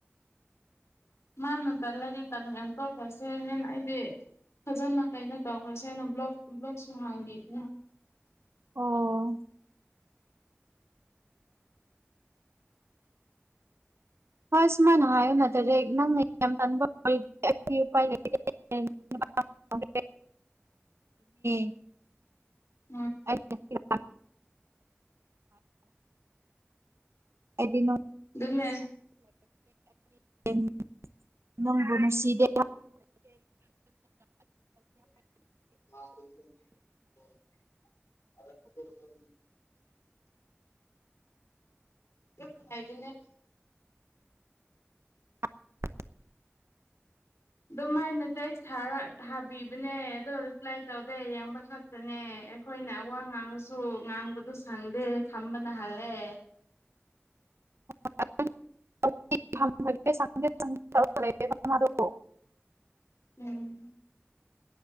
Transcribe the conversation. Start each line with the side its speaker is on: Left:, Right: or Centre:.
Left: ꯃꯥꯅ ꯇꯜꯂꯗꯤ ꯇꯟ <unintelligible> ꯔꯣꯏꯁꯦ ꯍꯥꯏꯅ ꯑꯩꯗꯤ ꯐꯖꯅ ꯀꯩꯅꯣ ꯇꯧꯈ꯭ꯔꯁꯦ ꯍꯥꯏꯅ ꯕ꯭ꯂꯣꯛ ꯕ꯭ꯂꯣꯛꯁꯨ ꯍꯥꯡꯕꯤꯕꯅꯦ
Right: ꯑꯣ ꯍꯣꯏ ꯁꯨꯃꯥꯏꯅ ꯍꯥꯏꯌꯣꯅ ꯅꯠꯇꯔꯗꯤ ꯅꯪꯅ ꯌꯥꯝ ꯇꯟꯕ <unintelligible> ꯑꯩꯗꯤ ꯎꯄꯥꯏ ꯂꯩꯇꯦ <inaudible> <unintelligible>
Left: ꯎꯝ
Right: ꯑꯩ <inaudible> ꯑꯩꯗꯤ
Left: ꯑꯗꯨꯅꯦ
Right: <inaudible> ꯅꯪꯕꯨꯅꯨꯡꯁꯤꯗꯦ <inaudible>
Left: <inaudible> ꯌꯥꯝ ꯅꯨꯡꯉꯥꯏꯗꯨꯏꯅꯦ <inaudible>
Right: <inaudible>
Left: ꯑꯗꯨꯃꯥꯏꯅ ꯇꯦꯛꯁ ꯊꯥꯔ ꯊꯥꯕꯤꯕꯅꯦ ꯑꯗꯣ ꯔꯤꯄ꯭ꯂꯥꯏ ꯇꯧꯗꯦ ꯌꯦꯡꯕ ꯈꯛ ꯅꯦ ꯑꯩꯈꯣꯏꯅ ꯑꯋꯥ ꯉꯥꯡꯂꯁꯨ ꯉꯥꯡꯕꯗꯣ ꯁꯪꯗꯦ ꯊꯝꯕꯅ ꯍꯥꯜꯂꯦ
Right: <inaudible> <unintelligible> <unintelligible>
Left: ꯎꯝ